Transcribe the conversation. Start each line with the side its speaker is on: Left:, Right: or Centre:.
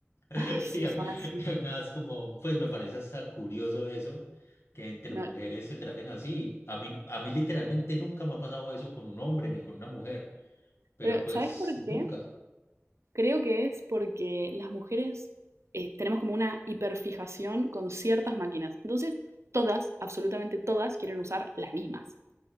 Right: Ay,
Left: <laughs>
Right: sí,
Left: Y a-
Right: son así.
Left: y además, como, pues me parece hasta curioso eso, que entre
Right: No,
Left: mujeres se traten así. A mí, a mí literalmente nunca me ha pasado eso con un hombre ni con una mujer, pero
Right: pero
Left: pues
Right: ¿sabes por
Left: nunca.
Right: qué? Creo que es porque las mujeres eh, tenemos como una hiperfijación con ciertas máquinas. Entonces, todas, absolutamente todas, quieren usar las mismas.